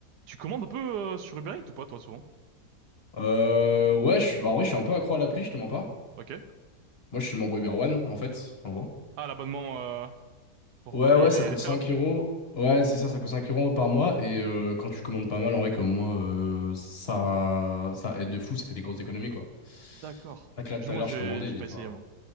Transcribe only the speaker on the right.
Tu commandes un peu euh, sur Uber Eats ou pas, toi, souvent?
Ok.
Ah, l'abonnement euh, pour
pas payer
les,
les frais,
là?
D'accord.
Je,
moi,
j'ai
j'ai
pas essayé, moi.